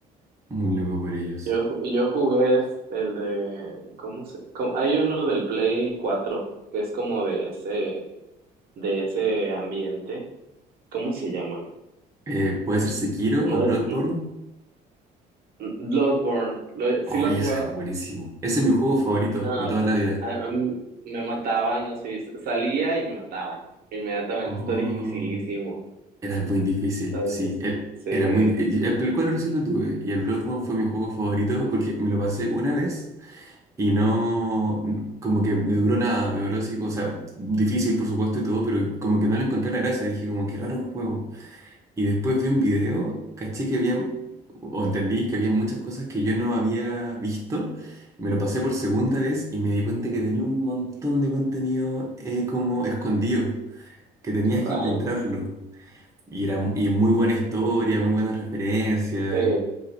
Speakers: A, on the right; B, on the right.
A: muy loco por ellos.
B: Yo, ju- yo jugué es el de, ¿cómo se? cómo- hay uno del Play 4 que es como de ese, de ese ambiente. ¿Cómo se llama?
A: Eh, puede ser Sekiro
B: No
A: o Bloodborne.
B: es n- n- Bloodborne. ¿Lo-
A: Oye,
B: ¿sí lo has jugado?
A: ese es buenísimo. Ese es mi juego favorito
B: No,
A: de toda la vida.
B: a- a mí me mataban así, s- salía y me mataban inmediatamente.
A: Oh.
B: Está dificilísimo.
A: Era muy difícil,
B: Está
A: sí.
B: difícil.
A: El-
B: Sí,
A: era muy, di- el Play 4 sí lo tuve y el Bloodborne fue mi juego favorito porque me lo pasé una vez y no, como que me duró nada, me duró así, o sea, difícil por supuesto y todo, pero como que no le encontré la gracia, dije como qué raro juego. Y después vi un video, caché que había, o entendí que había muchas cosas que yo no había visto, me lo pasé por segunda vez y me di cuenta que tenía un montón de contenido eh, como escondido, que tenías
B: rayos.
A: que encontrarlo. Y, era, mu- y muy buena historia, muy buenas referencias.
B: Sí,